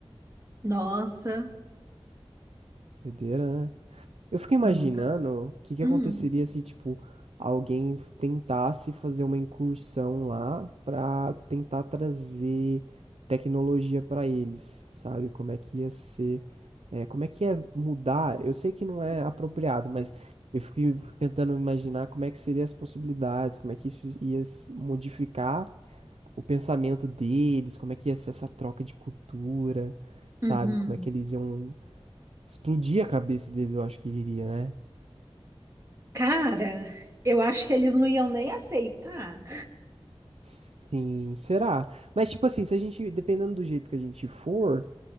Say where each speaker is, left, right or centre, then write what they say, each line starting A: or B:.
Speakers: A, on the right (about 30°); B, on the right (about 85°).
A: Nossa,
B: Doideira, né? Eu fico imaginando
A: nunca.
B: o que que
A: Hum.
B: aconteceria se, tipo, alguém tentasse fazer uma incursão lá pra tentar trazer tecnologia pra eles, sabe? Como é que ia ser, é, como é que ia mudar? Eu sei que não é apropriado, mas eu fico tentando imaginar como é que seriam as possibilidades, como é que isso ia s- modificar o pensamento deles, como é que ia ser essa troca de cultura, sabe?
A: Uhum.
B: Como é que eles iam explodir a cabeça deles, eu acho que iria, né?
A: Cara, eu acho que eles não iam nem aceitar.
B: Sim, será? Mas, tipo assim, se a gente, dependendo do jeito que a gente for,